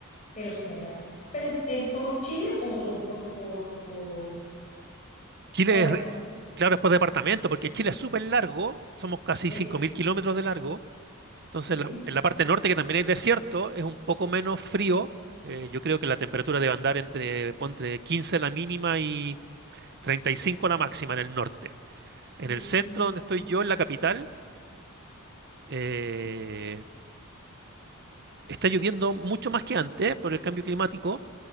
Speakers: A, on the left; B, on the right.
A: pero sí, allá. ¿Pero es, es todo Chile o son por, por, por,
B: Chile
A: por departamento?
B: es, re- claro, es por departamento, porque Chile es súper largo, somos casi
A: Sí,
B: 5.000 kilómetros de largo, entonces
A: sí,
B: en la, en la parte norte, que también hay desierto, es un poco menos frío, eh, yo creo que la temperatura debe andar entre, entre 15 la mínima y 35 la máxima en el norte. En
A: Mm,
B: el centro, donde estoy yo, en la capital, eh, está lloviendo mucho más que antes por el cambio climático